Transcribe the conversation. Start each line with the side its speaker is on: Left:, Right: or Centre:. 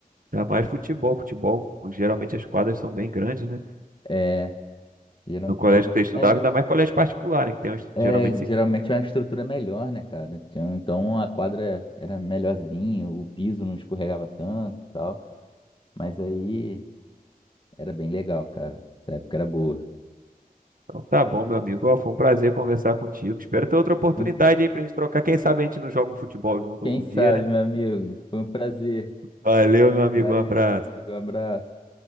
Right: Ainda mais futebol, futebol, geralmente as quadras são bem grandes, né?
Left: É, geral,
Right: no colégio
Left: geral,
Right: que você estudava,
Left: é,
Right: ainda mais colégio particular, né? Que tem uns,
Left: é,
Right: geralmente
Left: geralmente
Right: assim.
Left: é uma estrutura melhor, né, cara? Tinha- Então a quadra era melhorzinha, o piso não escorregava tanto e tal. Mas aí era bem legal, cara. A época era boa.
Right: Então tá bom, meu amigo. Ó, foi um prazer conversar contigo. Espero ter outra oportunidade
Left: Um-
Right: aí pra gente trocar. Quem sabe a gente não joga um futebol junto
Left: Quem
Right: algum
Left: sabe,
Right: dia, né?
Left: meu amigo? Foi um prazer.
Right: Valeu, meu amigo.
Left: Valeu,
Right: Um abraço.
Left: meu amigo. abraço.